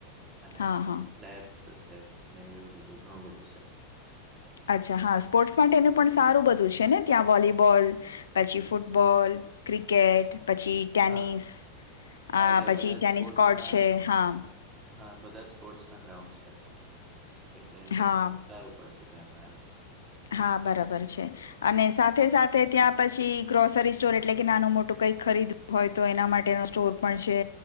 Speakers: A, on the right; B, on the left.
A: અને
B: હા હા
A: લેબ સસે ને એવું બધું ઘણું બધું છે.
B: અચ્છા હા સ્પોર્ટ્સ માટે એનું પણ સારું બધું છે ને, ત્યાં વોલીબોલ પછી ફૂટબોલ ક્રિકેટ પછી ટેનિસ
A: હા હા
B: અહ
A: એટલે
B: પછી
A: બધા
B: ટેનિસ
A: જ સ્પોર્ટ્સના
B: કોર્ટ છે, હા
A: હા, બધા જ સ્પોર્ટ્સ ના ગ્રાઉન્ડ છે એટલે
B: હા
A: સારું. પડશે ત્યાં પણ એમ.
B: હા, બરાબર છે. અને સાથે સાથે ત્યાં પછી ગ્રોસરી સ્ટોર એટલે કે નાનું મોટું કઈક ખરીદ હોય, તો એના માટેનો સ્ટોર પણ છે.